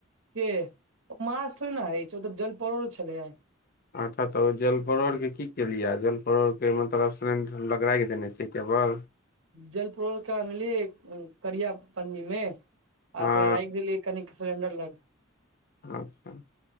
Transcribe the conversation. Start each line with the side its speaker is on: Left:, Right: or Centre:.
Right: के माछ थोड़े ने हय छै ओतऽ जलपरोड़ छलै आय
Left: अच्छा तऽ ओ जल परोर के की केलियै जल परोड़ के मतलब सिलेंड लंग राखि देने छिय केवल
Right: जलपोर ए अनलिय करिया पन्नीमे आ
Left: हँ
Right: ओकरा रइख देल कनिक सलेंडर लंग
Left: अच्छा